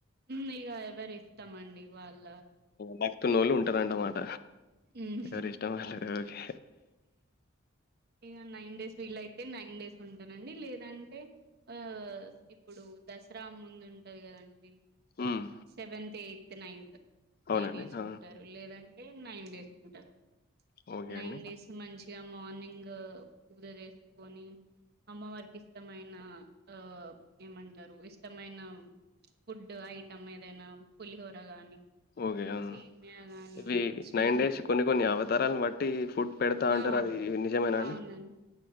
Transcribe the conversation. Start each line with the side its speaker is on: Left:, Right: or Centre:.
Right: మ్ ఇగ ఎవరిష్టంమండి వాళ్
Left: భక్తున్నోళ్లు ఉంటరంటమాట
Right: ఉమ్
Left: ఎవరి ఇష్టం వాళ్ళది ఓకే
Right: ఇగ నైన్ డేస్ వీలైతే నైన్ డేస్ ఉంటనండి లేదంటే ఆ ఇప్పుడు దసరా ముందు ఉంటది కదండి
Left: హ్మ్.
Right: Seventh, eighth, ninth.
Left: అవునండి.
Right: ఈ డేస్
Left: ఆ!
Right: ఉంటరు లేదంటే నైన్ డేస్ ఉంటరు.
Left: ఓకే
Right: నైన్
Left: అండి.
Right: డేస్ మంచిగా మార్నింగ్ పూజ చేస్కొని అమ్మవారికి ఇష్టమైన ఆ ఏమంటరు ఇష్టమైన ఫుడ్ ఐటమ్ ఏదైనా పులిహోర గాని
Left: ఓకే అవును.
Right: సేమియా గాని
Left: ఇవి
Right: స్వీట్
Left: నైన్ డేస్ కొన్ని కొన్ని అవతారాలను బట్టి ఫుడ్, పెడతా
Right: ఆ
Left: అంటారు. అది నిజమేనా
Right: అవునండి,
Left: అండి?